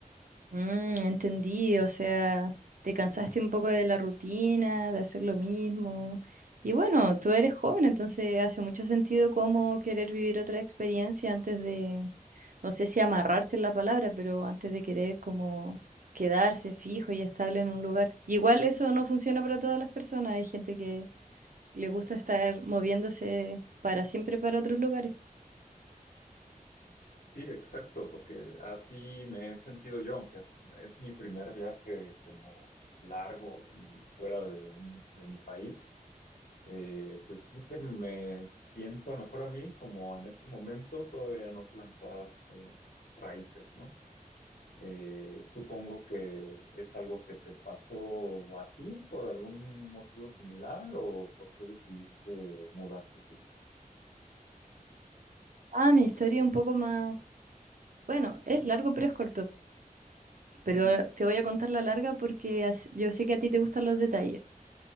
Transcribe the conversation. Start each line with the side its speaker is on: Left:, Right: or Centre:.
Right: Mm, entendí, o sea, te cansaste un poco de la rutina, de hacer lo mismo. Y bueno, tú eres joven, entonces hace mucho sentido como querer vivir otra experiencia antes de, no sé si amarrarse es la palabra, pero antes de querer como quedarse fijo y estable en un lugar. Igual eso no funciona para todas las personas, hay gente que le gusta estar moviéndose para siempre para otros lugares.
Left: Sí, exacto, porque así me he sentido yo, aunque es mi primer viaje como largo y fuera de, un, de mi país, eh, pues sí que me sienta mejor a mí, como en este momento todavía no plantar eh, raíces, ¿no? Eh, supongo que es algo que te pasó a ti por algún motivo similar o por qué decidiste mudarte tú.
Right: Ah, mi historia es un poco más, bueno, es largo pero es corto. pero
Left: Ujú.
Right: te voy a contar la larga porque as- yo sé que a ti te gustan los detalles.